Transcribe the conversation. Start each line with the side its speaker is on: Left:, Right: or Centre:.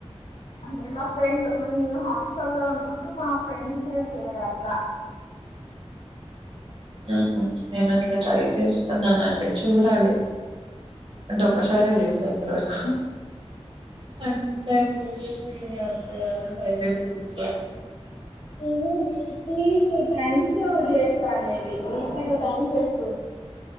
Left: అంటే మా ఫ్రెండ్ మేము హాస్టల్ లో ఉన్నప్పుడు మా ఫ్రెండ్ చేసేది అట్లా.
Right: ఉ నేను అట్లా ట్రై చేస్తున్నానండి చూడాలి అంటే ఒకసారే చేసా ఎవరికో అన్ టైం చేసేసి అంతే అలా సైలెంట్గా ఉండిపోయాను
Left: నేను వీక్లీ టూ టైమ్స్ చేస్తాను ఇది వీక్లీ టూ టైమ్సేస్